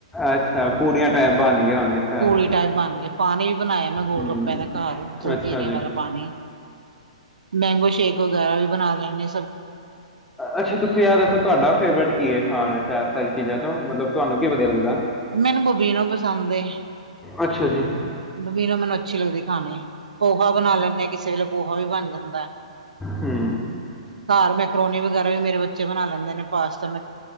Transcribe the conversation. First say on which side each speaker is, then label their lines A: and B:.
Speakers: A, in the centre; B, on the right.
A: ਅੱਛਾ ਪੂਰੀਆਂ ਟਾਈਪ ਬਣ ਗਿਆ ਹੋਣਗੇ ਸ਼ਾਇਦ
B: ਪੂਰੀ ਟਾਈਪ ਬਣ ਗਏ ਪਾਣੀ ਵੀ ਬਣਾਇਆ ਮੈਂ ਗੋਲ
A: ਹੂੰ
B: ਗੱਪਿਆ ਦਾ ਘਰ ਜਲਜੀਰੇ
A: ਅੱਛਾ ਜੀ
B: ਵਾਲਾ ਪਾਣੀ ਮੈਂਗੋ ਸ਼ੇਕ ਵਗੈਰਾ ਵੀ ਬਣਾ ਲੈਨੀ।
A: ਅੱਛਾ ਤੁਸੀ ਐ ਦੱਸੋ ਤੁਹਾਡਾ ਫੇਵਰੇਟ ਕੀ ਐ ਖਾਣ ਚ ਸਾਰੀ ਚੀਜਾ ਤੋ ਮਤਲਬ ਤੁਹਾਨੂੰ ਕੀ ਵਧੀਆ ਲਗਦਾ।
B: ਮੈਨੂੰ ਬਬੀਨੋ ਪਸੰਦ ਏ।
A: ਅੱਛਾ ਜੀ।
B: ਬਬੀਨੋ ਮੈਨੂੰ ਅੱਛੀ ਲੱਗਦੀ ਖਾਣੀ ਪੋਹਾ ਬਣਾ ਲੈਂਦੇ ਹਾਂ ਕਿਸੇ ਵੇਲੇ ਪੋਹਾ ਵੀ ਬਣ ਜਾਂਦਾ।
A: ਹੂੰ।
B: ਘਰ ਮੈਕਰੋਨੀ ਵਗੈਰਾ ਵੀ ਮੇਰੇ ਬੱਚੇ ਬਣਾ ਲੈਂਦੇ ਨੇ ਪਾਸਤਾ ਮੈਂ